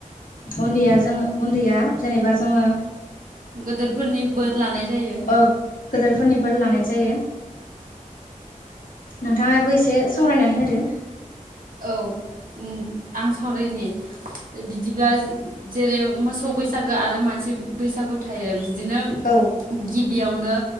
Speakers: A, on the left; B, on the right.
A: उन्दैया जोङो उन्दैया जेनेबा जोङो
B: गोदोर फोरनि बोर लानाय जायो
A: ओ गोदोरफोरनि बोर लानाय जायो नोंथाङाबो एसे सावरायनानै होदो
B: औ आं सावरायनि बिदिब्ला <unintelligible> मोस बैसागो आरो मानसि बैसागु थायो बिदिनो
A: औ
B: गिबियावनो